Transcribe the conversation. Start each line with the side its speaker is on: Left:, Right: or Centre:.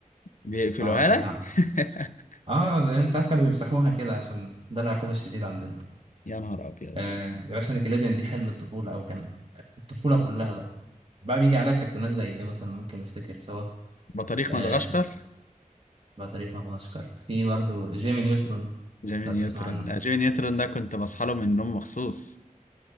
Left: بيقفلوها
Right: اه
Left: لك
Right: كان
Left: <laughs>
Right: اه زمان ساعات كانوا بيمسحوها كده عشان ده العقاب الشديد عندنا
Left: يا نهار ابيض
Right: آه يا باشا نيكليديان دي حلم الطفولة او كان الطفولة كلها بقى بقى بيجي عليها كرتونات زي ايه مثلا ممكن نفتكر سوا
Left: بطريق
Right: آه
Left: مدغشقر
Right: بطريق مدغشقر في برضه جيمي نيوترون
Left: جيمي
Right: لو
Left: نيوترن
Right: تسمع عنه
Left: جيمي نيوترن ده كنت بصحى له من النوم مخصوص